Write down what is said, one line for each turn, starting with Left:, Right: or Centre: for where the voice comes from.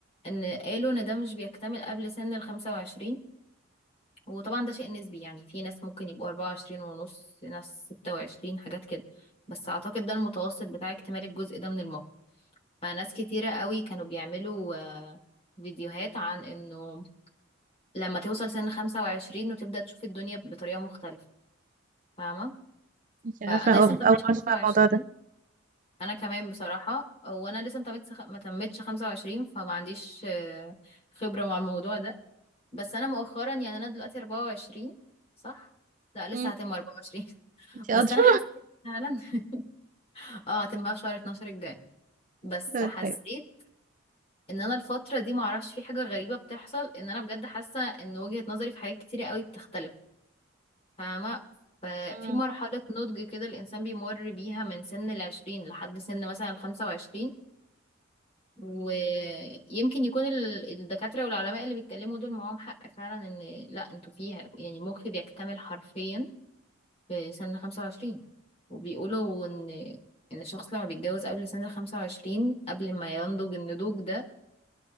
Left: ان قالوا ان ده مش بيكتمل قبل سن ال 25 وطبعا ده شيء نسبي يعني في ناس ممكن يبقوا 24 ونص ناس 26 حاجات كده بس اعتقد ده المتوسط بتاع اكتمال الجزء ده من المخ فناس كتيرة قوي كانوا بيعملوا آه، فيديوهات عن انه لما توصل سن 25 وتبدأ تشوف الدنيا بطريقة مختلفة فاهمة
Right: انت عارفة
Left: فانا
Right: أو-
Left: لسه
Right: أول
Left: متمتش
Right: مرة
Left: 25
Right: أسمع الموضوع ده
Left: انا كمان بصراحة وانا لسه متمتش ما تمتش 25 فما عنديش آه، خبرة مع الموضوع ده بس انا مؤخرا يعني انا دلوقتي 24 صح لا لسه
Right: مم.
Left: هتم 24
Right: انت أدرى
Left: بس انا حسيت فعلا <laughs> اه هتبقى في شهر 12 الجاي بس
Right: <laughs>
Left: حسيت
Right: طيب
Left: ان انا الفتره دي معرفش في حاجه غريبه بتحصل ان انا بجد حاسه ان وجهه نظري في حاجات كتيره قوي بتختلف فاهمه ففي
Right: مم.
Left: مرحله نضج كده الانسان بيمر بيها من سن العشرين لحد سن مثلا الخمسة وعشرين ويمكن يكون ال- الدكاتره والعلماء اللي بيتكلموا دول معاهم حق فعلا ان لا انتوا فيها يعني مخي بيكتمل حرفيا في سن 25 وبيقولوا إن إن الشخص لما بيتجوز قبل سن 25 قبل ما ينضج النضوج ده